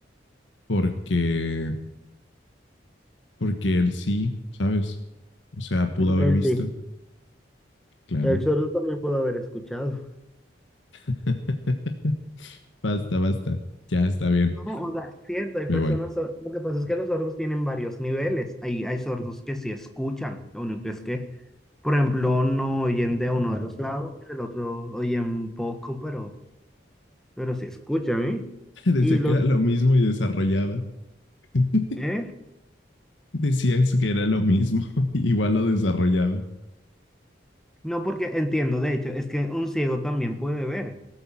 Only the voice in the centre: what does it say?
Él
sí,
el sordo también puede haber escuchado.
No, o sea, es cierto, hay personas,
sor- lo que pasa es que los sordos tienen varios niveles. Hay, hay sordos que sí escuchan, lo único es que, por ejemplo, no oyen de uno de los lados, del otro oyen poco, pero... pero sí, escúchame.
Y los...
¿eh?
No, porque entiendo, de hecho, es que un ciego también puede ver.